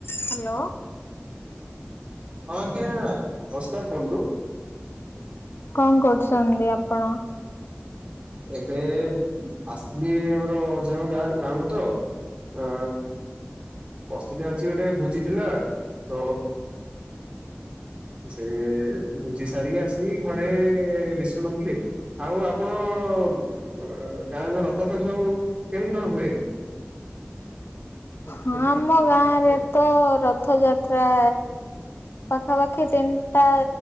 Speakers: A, on the left; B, on the right.
A: Hello.
B: ହଁ ଆଜ୍ଞା ନମସ୍କାର କୁହନ୍ତୁ।
A: କଣ କରୁଛନ୍ତି ଆପଣ?
B: ଏବେ ଆସିଥିଲି ଆମର ଅଜାଣ ଗାଁରେ ଗାଁକୁ ତ ଆଁ ବସିିଥିଲି ଆଜି ଗୋଟେ ଭୋଜି ଥିଲା। ତ ଏଁ ସେ ଭୋଜି ସାରିକି ଆସିିକି ଘରେ ବିଷ ନଉଥିଲେ ଆଉ ଆପଣ <unintelligible> ଗାଁ ରଥ ଯାତ୍ରା ସବୁ କେମିତି କଣ ହୁଏ?
A: ହଁ ଆମ ଗାଁରେ ତ ରଥଯାତ୍ରା ପାଖାପାଖି ତିନିଟା